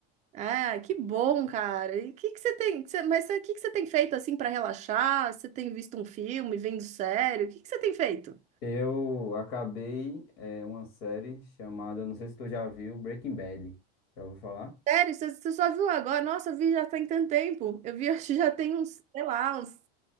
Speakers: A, on the right; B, on the left.
A: Ah, que bom, cara. E o que que você tem, que você- mas o que que você tem feito assim para relaxar? Você tem visto um filme, vendo sério? O que que você tem feito?
B: Eu acabei eh, uma série chamada, não sei se tu já viu, Breaking Bad. Já ouviu falar?
A: Sério, você, você só viu agora? Nossa, eu vi já tem tanto tempo. Eu vi, <laughs> acho que já tem uns, sei lá, uns,